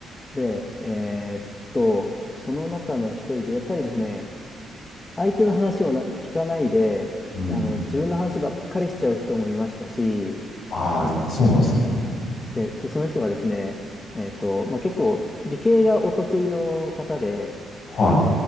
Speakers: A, on the left; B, on the left.
A: で、えーっと、その中の一人で、やっぱりですね、相手の話をな聞かないで、
B: い。うん。
A: あの、自分の話ばっかりしちゃう人もいましたし、
B: ああ、そうなんですね。
A: はい。で、と、その人がですね、えっと、まあ、結構、理系がお得意の方で、
B: はい。